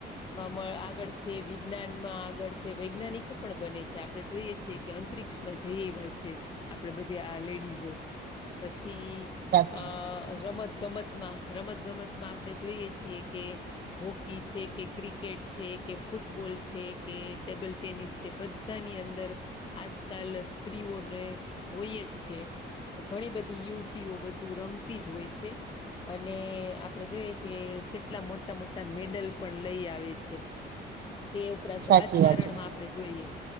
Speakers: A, on the left (about 25°); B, on the right (about 55°).
A: માં આગળ છે, વિજ્ઞાન માં આગળ છે વૈજ્ઞાનિકો પણ બને છે, આપણે જોઈએ છીએ. કે અંતરિક્ષમાં જઈ એવા છે, આપડે બધા આ લેડીઝ પછી
B: સાચું
A: આ રમત ગમત રમત ગમતમાં આપણે જોઈએ છીએ કે હોકી છે, કે ક્રિકેટ ક્રિકેટ છે કે ફૂટબોલ છે કે ટેબલ ટેનિસ છે બધાની અંદર આજકાલ સ્ત્રીઓને હોય જ છે. ઘણી બધી યુવતીઓ બધું રમતી જ હોય છે. અને આપડે જોઈએ છીએ કેટલા મોટા મોટા મેડલ પણ લઈ આવે છે. તે ઉપરાંત
B: સાચી
A: રાજકારણમાં
B: વાત છે
A: આપણે જોઈએ